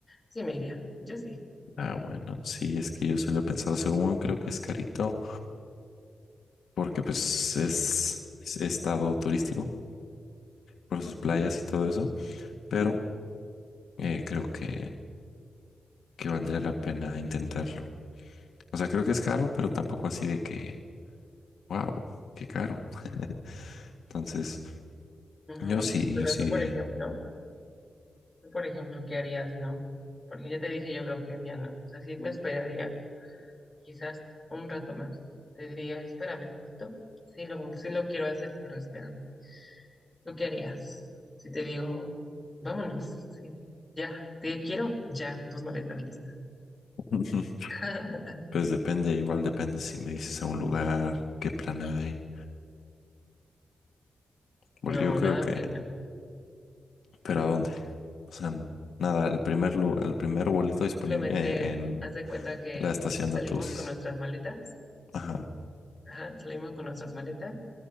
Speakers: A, on the left; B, on the left.
A: sí me iría. Yo sí.
B: ah, bueno, sí, es que yo sí lo he pensado. Según creo que es carito, porque pues es, es estado turístico por sus playas y todo eso, pero eh, creo que, que valdría la pena intentarlo. O sea, creo que es caro, pero tampoco así de que Wow, qué caro. <laughs> Entonces,
A: Ujú.
B: yo sí,
A: Pero
B: yo sí.
A: tú, por ejemplo, tú, por ejemplo, ¿qué harías, no? Porque ya te dije yo lo que haría, no. O sea, sí me esperaría quizás un rato más. Te diría, espérame tantito. Sí lo, sí lo quiero hacer, pero espérame. ¿Tú qué harías? Si te digo, vámonos, sí, ya, te quiero, ya, tus maletas listas.
B: <laughs>
A: <laughs>
B: Pues depende, igual depende si me dices a un lugar, qué plan hay. Porque
A: No,
B: yo creo
A: nada
B: que,
A: planeado.
B: pero ¿a dónde? O sea, n- nada, el primer lu- el primer boleto disponible
A: Simplemente
B: en
A: haz de cuenta que
B: la estación
A: salimos
B: de autobuses.
A: con nuestras maletas.
B: Ajá.
A: Ajá, salimos con nuestras maletas.